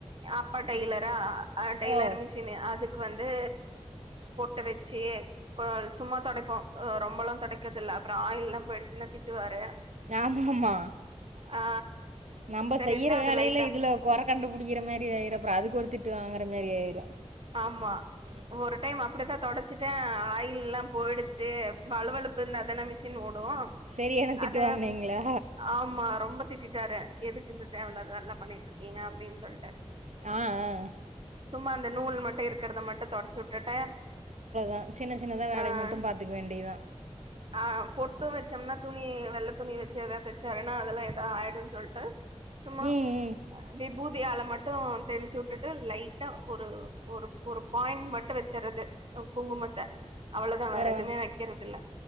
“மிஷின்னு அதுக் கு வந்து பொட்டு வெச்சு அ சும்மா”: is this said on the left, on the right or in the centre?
Right